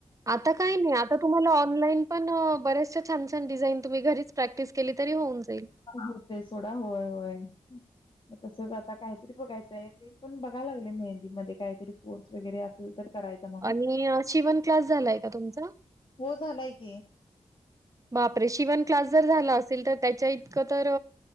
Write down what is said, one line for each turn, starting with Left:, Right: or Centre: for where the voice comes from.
Right: आता का नाही आ तुमला ऑनलाईन पण बऱ्याचशा छान छान डिझाइन मी घरीच. प्रॅक्टिस केली तरी होऊन जाईल.
Left: होते सोडा होय होय तसच आता काहीतरी बघायचंय मी पण बघाय लागलोय मेहंदी. मध्ये काहीतरी वगैरे असेल तर करायचा म्हणून.
Right: आणि शिवन क्लास झालाय का तुमचा?
Left: हो झालाय की
Right: बापरे शिवन क्लास जर झाला असेल तर त्याच्या इतकं तर